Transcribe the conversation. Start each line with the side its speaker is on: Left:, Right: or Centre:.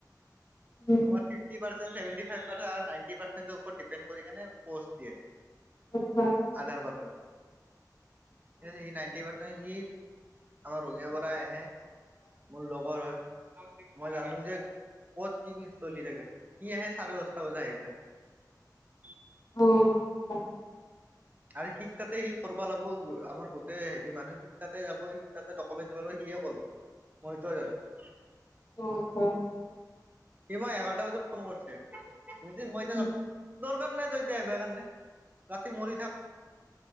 Right: মাৰাৰে
Left: উম
Right: ন পৰ ডপে কৰি প দিয়ে আধাৰ
Left: আচ্ছা
Right: কত সি নাইনটি পাৰ্চেন্ট সি আমাৰ ৰঙ পৰা আহে মোৰ লগৰ হয় মই জানো যে ক'ত কি কি চলি থাকে কি আহে চাৰে দহটা বজাত আহি পায়
Left: অ অ
Right: আৰু শীত তাতে সি কৰিব লাগ আম গোেই হেৰি মানুহ শীতাতে যাব সীত তাতে ডকুমেণ্ট দিব লাগিব কি কৰ মইটোোৱে জানো
Left: ন
Right: স মই এঘাৰটা বজাত ফোন কৰিছে কৈছি, মই এতিয়া
Left: উম
Right: যাম, দৰকাৰ নাই তই, এতিয়া কাৰণে ৰাতি মৰি থাক।